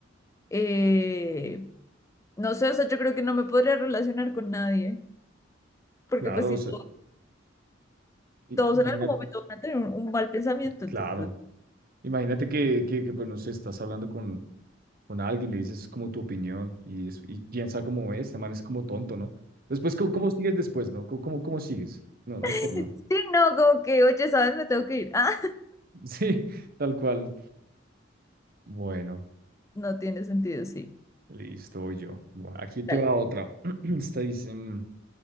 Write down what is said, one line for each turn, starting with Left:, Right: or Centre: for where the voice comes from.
Left: Eh, no sé, o sea, yo creo que no me podría relacionar con nadie, porque
Right: Claro,
Left: pues sí.
Right: o sea, i-
Left: todos
Right: imagínate,
Left: en algún momento van a tener un, un mal pensamiento,
Right: claro,
Left: entonces.
Right: imagínate que, que, que, pues no sé, estás hablando con, con alguien, le dices como tu opinión y, es- y piensa como es, este man es como tonto, ¿no? Después, ¿cómo, cómo sigues después, no? ¿Cómo, cómo, cómo sigues? No, no
Left: <laughs>
Right: hay forma.
Left: Sí, no, como que, oye, ¿sabes? Me tengo que ir. Ah,
Right: <laughs> Sí, tal cual. Bueno,
Left: <laughs> no tiene sentido, sí.
Right: listo, voy yo. Bueno, aquí te
Left: Dale.
Right: va otra. <clears throat> Esta dice, mm,